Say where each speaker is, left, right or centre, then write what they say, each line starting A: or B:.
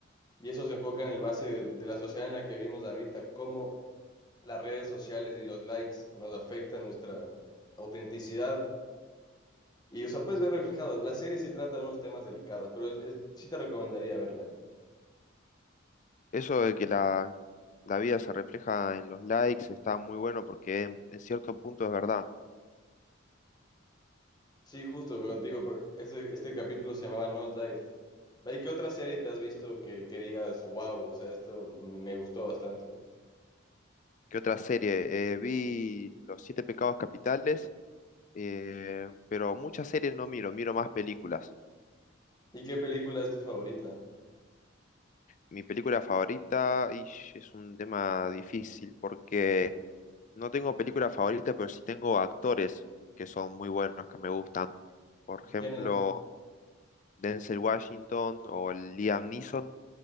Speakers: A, on the left; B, on the left.
A: Y eso se enfoca en el base de, de la sociedad en la que vivimos ahorita, cómo las redes sociales y los likes nos afectan nuestra autenticidad. Y, o sea, puedes ver reflejado. La serie sí trata de unos temas delicados, pero es, es- sí te recomendaría verla.
B: Eso de que la, la vida se refleja en los likes está muy bueno porque en, en cierto punto es verdad.
A: Sí, justo, pero contigo, por este, este capítulo se llamaba Nosedive. ¿De ahí qué otra serie te has visto que, que digas, wow, o sea, esto me gustó bastante?
B: ¿Qué otra serie? Eh, vi Los Siete Pecados Capitales, eh, pero muchas series no miro, miro más películas.
A: ¿Y qué película es tu favorita?
B: Mi película favorita, ish, es un tema difícil porque no tengo película favorita, pero sí tengo actores que son muy buenos, que me gustan. Por ejemplo.
A: Tienes
B: Denzel Washington o el Liam Neeson,